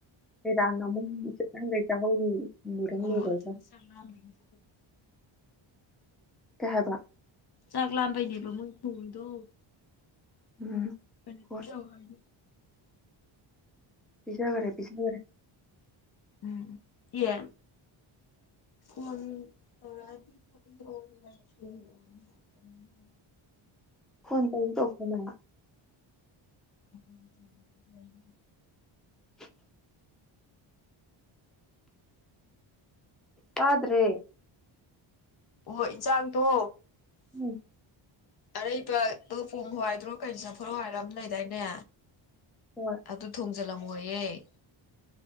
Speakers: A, in the centre; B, on the left.
A: ꯀꯩꯔꯥꯡ ꯑꯃꯨꯛꯍꯥꯡꯈꯩ ꯇꯥꯍꯧꯔꯤ ꯃꯨꯔꯪ
B: ꯑꯣ
A: ꯂꯣꯏꯈ꯭ꯔꯒ
B: ꯑꯗꯨꯅ ꯆꯥꯛ ꯂꯥꯝꯕꯩꯅꯤ
A: ꯀꯩ ꯍꯥꯏꯕ
B: ꯆꯥꯛ ꯂꯥꯝꯕꯩꯅꯤꯕ ꯃꯣꯏ ꯍꯣꯏꯗꯣ
A: ꯎꯝ
B: ꯃ
A: ꯍꯣꯏ
B: ꯄꯤ ꯌꯥ ꯍꯥꯏ
A: ꯄꯤꯖꯥꯕꯔꯦ ꯄꯤꯖꯥꯕꯔꯦ
B: ꯎꯝ ꯑꯦ ꯐꯣꯟ ꯇꯧꯔꯛꯑꯗꯤ ꯄꯣꯠꯑꯣ ꯂꯥꯏ ꯁꯨꯕꯤꯑꯣꯅꯄꯅꯤꯅ
A: ꯀꯣꯟꯇꯥ ꯇꯣꯄ ꯃ
B: ꯑꯩꯇꯇ ꯂꯩ
A: ꯋꯦ
B: <inaudible>
A: ꯇꯥꯗ꯭ꯔꯦ
B: ꯍ ꯏ ꯆꯥꯡ ꯇ
A: ꯎꯝ
B: ꯑꯔꯩꯕꯗꯣ ꯄꯨꯡ ꯍꯋꯥꯏꯗ꯭ꯔꯣ ꯀꯩꯅ ꯆꯠꯊꯣꯔꯣ ꯍꯥꯏꯔꯝ ꯂꯩꯗꯥꯏꯅꯦ
A: ꯍꯣꯏ
B: ꯑꯗꯨ ꯊꯣꯡ ꯖꯂ ꯑꯣꯏꯌꯦꯦ